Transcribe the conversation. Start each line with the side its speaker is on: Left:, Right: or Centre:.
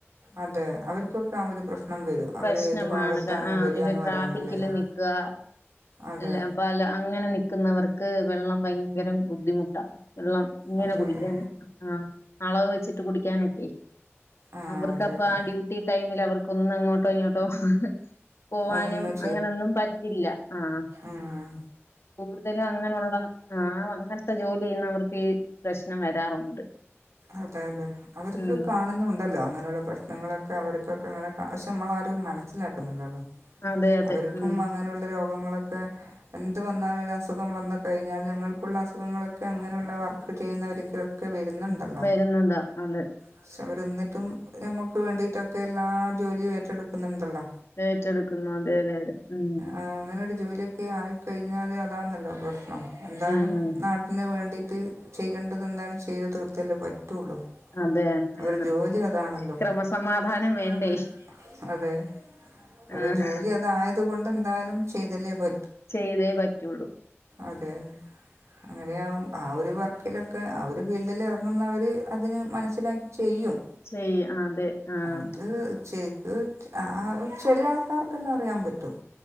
Right: അതെ അവർക്കൊക്കെ ആഹ് ഒരു പ്രശ്നം വരും അവര്
Left: പ്രശ്നമാണ്
Right: ഏത് ഭാഗത്താന്ന്
Left: ആഹ്
Right: വരികാന്ന്
Left: ഇല്ല
Right: പറയാൻ
Left: ട്രാഫിക്കില്
Right: കഴിയില്ലല്ലോ
Left: നിക്കുക
Right: അതെ
Left: അല്ല പല അങ്ങനെ നിക്കുന്നവർക്ക് വെള്ളം ഭയങ്കരം ബുദ്ധിമുട്ടാ വെള്ളം ഇങ്ങനെ
Right: അതെ
Left: കുടിക്കാന്
Right: അതെ
Left: ആഹ് അളവ് വെച്ചിട്ട് കുടിക്കാനൊക്കെ
Right: ആ
Left: അവർക്ക്‌
Right: അതെ
Left: അപ്പ
Right: അതെ
Left: ആഹ് ഡ്യൂട്ടി ടൈമില് അവർക്ക് ഒന്ന് അങ്ങോട്ടോ ഇങ്ങോട്ടോ പോവാനും
Right: ഒന്നും
Left: അങ്ങനൊന്നും പറ്റില്ല ആഹ്
Right: ആഹ്
Left: കൂടുതലും അങ്ങനുള്ള ആഹ് അങ്ങൻത്തെ ജോലി ചെയ്യുന്നവർക്കേ ഈ പ്രശ്നം വരാറുള്ളൂ
Right: അതെ അതെ അവർക്ക്
Left: ഉം
Right: കാണുന്നും ണ്ടല്ലോ അങ്ങനെയുള്ള പ്രശ്നങ്ങളൊക്കെ അവർക്കൊക്കെ അങ്ങനെ പക്ഷെ നമ്മള ആരും മനസ്സിലാക്കുന്നില്ലല്ലോ
Left: അതെ അതെ
Right: അവർക്കും
Left: ഉം
Right: അങ്ങനെയുള്ള രോഗങ്ങളൊക്കെ എന്ത് വന്നാലും ഒരു അസുഖം വന്ന് കഴിഞ്ഞാൽ ഞങ്ങൾക്കുള്ള അസുഖങ്ങളൊക്കെ അങ്ങനെയുള്ള വർക്ക് ചെയ്യുന്നവർക്ക് ഒക്കെ വരുന്നുണ്ടല്ലോ
Left: വരുന്നതാ അതെ
Right: പക്ഷെ അവർ ഇന്നിട്ടും നമ്മുക്ക് വേണ്ടിട്ടൊക്കെ എല്ലാ ജോലിയും ഏറ്റെടുക്കുന്നുണ്ടല്ലോ
Left: ഏറ്റെടുക്കുന്നു അതെ അതെ അതെ ഊം
Right: ആഹ് അങ്ങനൊരു ജോലിയൊക്കെ ആയിക്കഴിഞ്ഞാല് അതാണെല്ലോ പ്രശ്നം എന്തായാലും
Left: ഉം ഉം
Right: നാട്ടി ഇന്നെ വേണ്ടിയിട്ട് ചെയ്യേണ്ടത് എന്താണ് ചെയ്ത തീർത്തല്ലേ പറ്റുള്ളൂ
Left: അതെ അതെ
Right: അതൊരു
Left: അതെ
Right: ജോലി അതാണല്ലോ
Left: ക്രമസമാധാനം
Right: ക്രമസമാധാനം
Left: വേണ്ടേ?
Right: വേണ്ടേ? അതെ ഒരു
Left: ആഹ്
Right: ജോലി അതായത് കൊണ്ട് എന്തായാലും ചെയ്തല്ലേ പ
Left: ചെയ്തേ പറ്റുള്ളൂ
Right: അതെ അങ്ങനെയാകും ആ ഒരു വർക്കിലൊക്കെ ആ ഒരു ഫീൽ തില് ഇറങ്ങുന്നവര് അതിന് മനസ്സിലാക്കി ചെയ്യും
Left: ചെയ്യ അതെ ആഹ്
Right: അത് ശരിക്ക് അ ആഹ് ചെലെ ആൾക്കാർക്കെല്ലാം അറിയാൻ പറ്റും